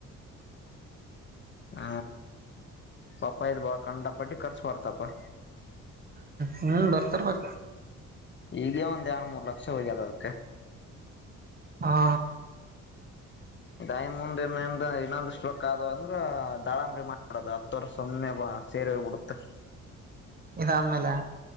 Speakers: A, on the left; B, on the right.
A: ಹ ಪಾಪ ಇದ್ ಬಾ ಕಂಡಪಟ್ಟಿ ಕರ್ಸ ಬರ್ತಪಾ
B: ಹ್ಮ್ ಬರ್ತಿರ್ಬೇಕು
A: ಈಗ ಒಂದ್ ಎರ್ ಮೂರ್ ಲಕ್ಷ ಹೋಗ್ಯದ ಅದಕ್ಕೆ <inaudible>
B: ಹಾ
A: ಡೈನ್ಮಂದ ಇನ್ನೊಂದು ಸ್ಟ್ರಕ್ ಆದ ಅಂದ್ರ ದಾಳಂಬರಿ ಮಾಡ್ಬಡದು ಹತ್ತ ವರ್ ಸುಮ್ಮನೆ ಬ ಸೇರಿ ಹೋಗ್ಬ ಬಿಡುತ್ತೆ
B: ಇದಾದ್ಮೇಲೆ